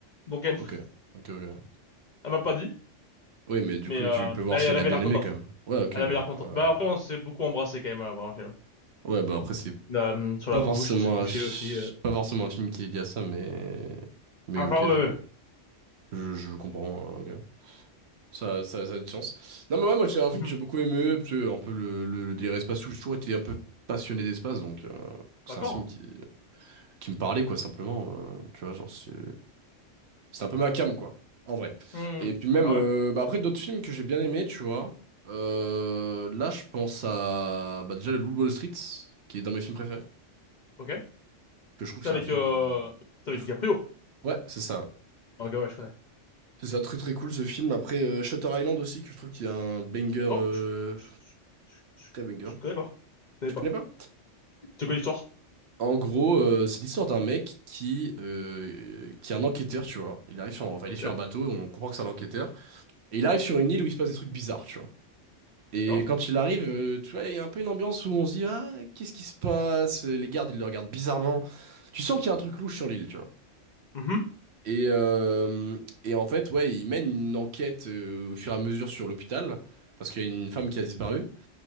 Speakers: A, on the left (about 45°); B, on the right (about 60°).
A: donc elle, <laughs>
B: Ok, ok, ok.
A: elle m'a pas dit,
B: Oui, mais du
A: mais
B: coup,
A: euh,
B: tu peux voir
A: elle,
B: si
A: elle
B: elle
A: avait
B: a bien
A: l'air
B: aimé
A: contente.
B: quand même. Ouais, ok,
A: Elle
B: ouais.
A: avait l'air contente.
B: euh,
A: Bah après, on s'est beaucoup embrassé quand même avant le film.
B: Ouais, bah après, c'est
A: Euh, sur
B: pas
A: la bouche,
B: forcément
A: on s'est touché
B: un... ch-
A: aussi. euh.
B: pas forcément un film qui est lié à ça, mais. Mais
A: Ah,
B: ok,
A: Enfin, ouais,
B: je,
A: ouais.
B: je, je comprends. ok. Ça, ça, ça a du sens. Non, mais ouais, moi, c'est un film
A: Mhm.
B: que j'ai beaucoup aimé, parce que un peu le, le, le délire espace où j'ai toujours été un peu passionné d'espace, donc euh, c'est
A: <laughs> D'accord.
B: un film qui, qui me parlait, quoi, simplement. euh, tu vois, genre, c'est. C'est un peu ma cam quoi, en vrai.
A: Mhm.
B: Et puis même,
A: Bah
B: euh,
A: ouais.
B: bah après, d'autres films que j'ai bien aimés, tu vois. Euh, là, je pense à bah déjà Le Loup de Wall Street, qui est dans mes films préférés,
A: Ok.
B: que je trouve
A: C'est
B: que c'est
A: avec,
B: un film
A: euh,
B: euh,
A: c'est
B: de
A: avec
B: fou.
A: DiCaprio.
B: Ouais, c'est ça.
A: Ok, ouais, je connais.
B: C'est ça, très très cool ce film. Après, euh, Shutter Island aussi, que je trouve qu'il y a un banger, euh,
A: Oh, je, je, je, je-
B: très banger.
A: je connais pas. Je
B: Tu
A: connais pas.
B: connais pas?
A: C'est quoi l'histoire?
B: En gros, euh, c'est l'histoire d'un mec qui, euh, qui est un enquêteur, tu vois. Il arrive sur, enfin,
A: Ok,
B: il est sur un bateau, on comprend que c'est un enquêteur. Et il arrive sur une île où il se passe des trucs bizarres, tu vois. Et
A: d'accord.
B: quand il arrive, euh, tu vois, il y a un peu une ambiance où on se dit, ah, qu'est-ce qui se passe? Les gardes, ils le regardent bizarrement. Tu sens qu'il y a un truc louche sur l'île, tu vois.
A: Mhm,
B: Et, euh, et en fait, ouais, ils mènent une enquête euh, au fur et à mesure sur l'hôpital, parce qu'il y a une femme qui a disparu.